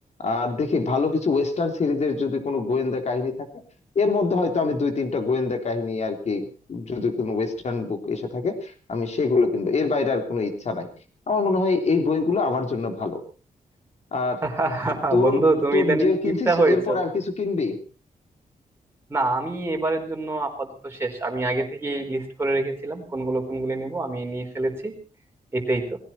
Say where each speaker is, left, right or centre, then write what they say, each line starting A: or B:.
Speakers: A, on the left (about 50°); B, on the right (about 15°).
A: আর দেখি ভালো কিছু ওয়েস্টার্ন সিরিজের যদি কোনো গোয়েন্দা কাহিনী থাকে এর মধ্যে হয়তো আমি দুই তিনটা গোয়েন্দা কাহিনী আর কি যদি কোনো ওয়েস্টার্ন বুক এসে থাকে আমি সেগুলো কিনবো এর বাইরে আর কোনো ইচ্ছা নাই আমার মনে হয় এই বইগুলো আমার জন্য ভালো আর
B: <laughs>
A: তোর
B: বন্ধু তুমি
A: তোর
B: ইদানিং
A: যে
B: কিপটা
A: কিনছিস
B: হয়েছো
A: এরপর আর কিছু কিনবি
B: না আমি এবারের জন্য আপাতত শেষ আমি আগে থেকেই লিস্ট করে রেখেছিলাম কোনগুলো কোনগুলো নিব আমি নিয়ে ফেলেছি এটাই তো